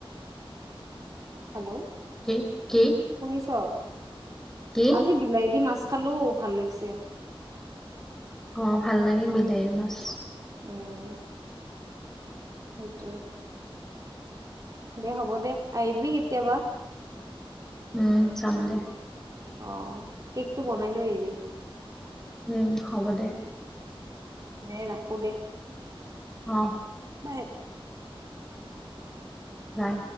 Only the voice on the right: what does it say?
হেল্ল'
শুনিছ।
আজি বিলাহী দি মাছ খালো ভাল লাগিছে।
অঁ সেইটোৱে দে হ'ব দে আহিবি কেতিয়াবা
অ কেকটো বনাই লৈ আহিবি
দে ৰাখো দে।
বাই।